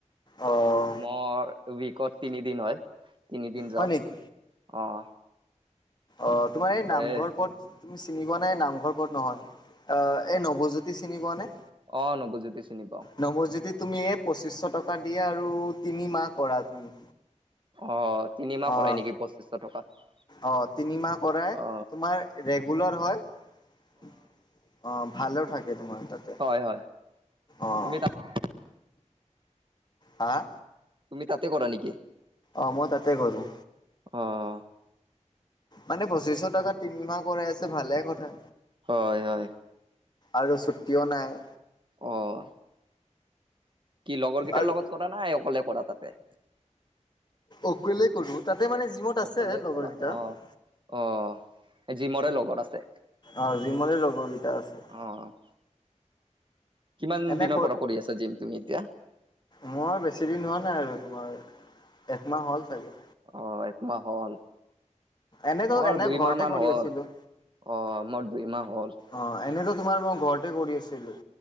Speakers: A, on the left; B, on the right.
A: অ'
B: মোৰ উইকত তিনিদিন হয়', তিনিদিন যাও,
A: হয় নেকি
B: অ',
A: অ', তোমাৰ এই নামঘৰ
B: এ
A: পথ', তুমি চিনি পোৱা নে নামঘৰ পথ নহয়, অ', এই নৱজ্যোতি চিনি পোৱা নে?
B: অ', নৱজ্যোতি চিনি পাওঁ ',
A: নৱজ্যোতিত তুমি এই পঁচিছশ টকা দিয়া আৰু তিনিমাহ কৰা তুমি',
B: অহ', তিনিমাহ
A: অ'
B: কৰাই নেকি পঁচিছশ টকাত?
A: অ', তিনিমাহ কৰাই,
B: অ
A: তোমাৰ ৰেগুলাৰ হয়', অ', ভালেও থাকে তোমাৰ তাতে',
B: হয় হয়
A: অ',
B: তুমি তাত, অহ',
A: হা',
B: তুমি তাতে কৰা নেকি?
A: অ', মই তাতে কৰোঁ',
B: অ',
A: মানে পঁচিছশ টকা তিনিমাহ কৰাই আছে ভালে কথা',
B: হয়', - হয়',
A: আৰু ছুটিও নাই',
B: অহ', কি লগৰ কেইটাৰ
A: আৰু
B: লগত কৰা নাই অকলে কৰা তাতে?
A: অকলেই কৰোঁ, তাতে মানে জিমত
B: অকলে
A: আছেই লগৰ
B: কৰা
A: কেইটা',
B: অ অ', জিমৰে লগত আছে'?
A: অ', জিমৰে লগৰ দুটা আছে',
B: অ', -অ', কিমান
A: এনে
B: দিনৰ পৰা কৰি আছা জিম তুমি এতিয়া?
A: মই বেছি দিন হোৱা নাই আৰু তোমাৰ, একমাহ হ'ল চাগে',
B: অ', একমাহ হ'ল',
A: এনেতো
B: মোৰ
A: এনে
B: দুইমাহ
A: ঘৰতে
B: মান
A: কৰি
B: হ'ল,
A: আছিলোঁ
B: অহ', মোৰ দুইমাহ হ'ল',
A: অ', এনেতো তোমাৰ মই ঘৰতে কৰি আছিলোঁ',